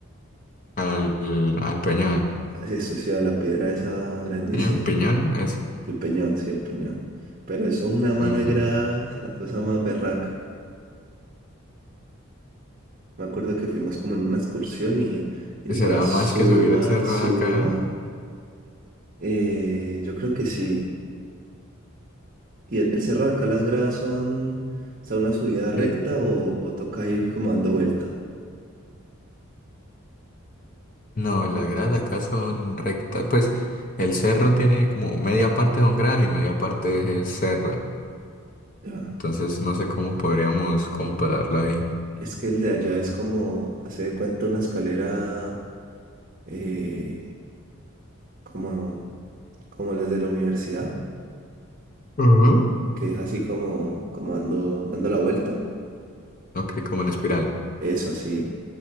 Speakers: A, on the left (about 40°); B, on the right (about 40°).
A: al, al Peñón.
B: Eso sí, a la piedra esa grandísima.
A: Peñón, Piñón, eso.
B: El Peñón, sí, el Peñón. Pero eso es una mano
A: Ujú.
B: de gradas, la cosa más berraca. Me acuerdo que fuimos como en una excursión y, y
A: Será
B: eso era suba,
A: más que subir el cerro
B: suba.
A: de acá.
B: Eh, yo creo que sí. ¿Y el, el cerro de acá, las gradas son, o sea, una subida recta
A: Sí.
B: o, o toca ir como dando vuelta?
A: No, las gradas de acá son rectas. Pues el cerro tiene como media parte son gradas y media parte es serra.
B: Ya.
A: Entonces no sé cómo podríamos compararlo ahí.
B: Es que el de allá es como, hace de cuenta una escalera eh, como, como las de la universidad,
A: Ujú.
B: que es así como, como dando, dando la vuelta.
A: Ok, como en espiral.
B: Eso sí.